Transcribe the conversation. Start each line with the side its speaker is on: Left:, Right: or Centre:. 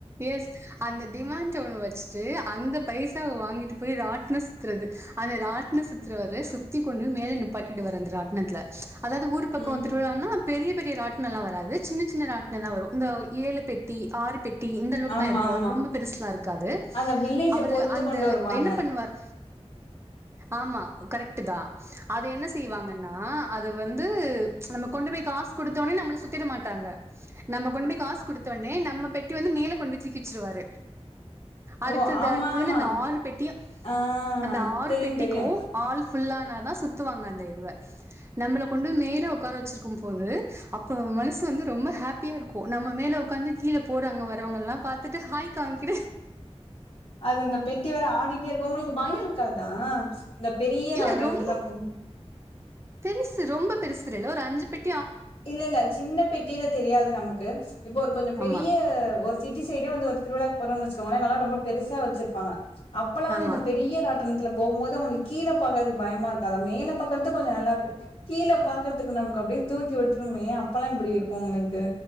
Right: எஸ் அந்த டிமாண்ட் ஒனை வச்சுட்டு அந்த பைசாவை வாங்கிட்டு போய் ராட்ன சுத்துறது அந்த ராட்ந சுத்தரவரு சுத்தி கொண்டு மேல நிப்பாட்டிட்டு வரற அந்த ராட்னத்துல அதாவ ஊர் பக்கம்
Left: ம்
Right: திருவிழானா பெரிய பெரிய பெரிய ராட்னம் எல்லாம் வராது சின்ன சின்ன ராட்னம் தான் வரும் இந்த ஏழு பெட்டி ஆறு பெட் டி இந்த அளவுக்கு
Left: ஆமா
Right: தான் இருக்கும்
Left: ஆமா
Right: ரொம்ப பெருசுலா இருக்காது
Left: அந்த வில்லேஜ
Right: அவர்
Left: பொறுத்து
Right: அந்த
Left: கொண்டு வருவாங்க
Right: என்ன பண்ணுவார் ஆமா கரெக்ட் தான் அது என்ன செய்வாங்கன்னா அது வந்து நம்ம கொண்டு போய் காசு கொடுத்தோடனே நம்மள சுத்திட மாட்டாங்க நம்ம கொண்டு போய் காசு கொடுத்தோடனே நம்ம பெட்டி வந்து மேல கொண்டு தூக்கிவச்சருவாரு அடுத்தது
Left: ஓ ஆமா
Right: அடுத்ததுணு
Left: ஆமா
Right: அந்த ஆறு பெட்டி
Left: ஆ
Right: அந்த ஆறு
Left: தெரியு
Right: பெட்டிக்கும்
Left: தெரியு
Right: ஆல்ப புல்லான தான் சுத்துவாங்க அந்த இதுவ நம்மளை கொண்டு மேல உட்கார வச்சிருக்கும் போது அப்ப மனசு வந்து ரொம்ப ஹாப்பி பியா இருக்கும் நம்ம மேல உக்காந்து கீழே போறாங்க வரவங்கல்லாம் பாத்துட்டு ஹாய் காமிக்
Left: அது இந்த பெட்டி வேற ஆடிிட்டே இருக்கு உனக்கு பயம் இருக்காதா இந்த பெரிய
Right: இல்ல
Left: ராட்டனத்துலாம்
Right: ரொம்ப
Left: போ
Right: பெருசு ரொம்ப பெருசுல ஒரு அஞ்சு பெட்
Left: இல்ல இல்ல சின்ன பெட்டியில தெரியாது நமக்கு இப்போ ஒரு கொஞ்சம் பெரிய
Right: ஆமா
Left: ஒரு சிட்டி சைடே வந்து ஒரு திருவிழா போறோம்ன்னு வச்சுக்கோங்களே நல்லா ரொம்ப பெருசாவச்சிருப்பாங்க அப்பல்லாம்
Right: ஆமா
Left: இந்த பெரியராட்டனத்துல போகும் போது உங்களுக்கு கீழே பார்க்கறதுக்கு பயமா இருக்காதா அதை மேல பார்க்கறதுக்கு கொஞ்சம் நல்லாயிருக்கும் கீழே பார்க்கறதுக்கு நமக்கு அப்படியே தூக்கி விட்டு மே அப்பெல்லாம் எப்படி இருக்கும் உங்களுக்கு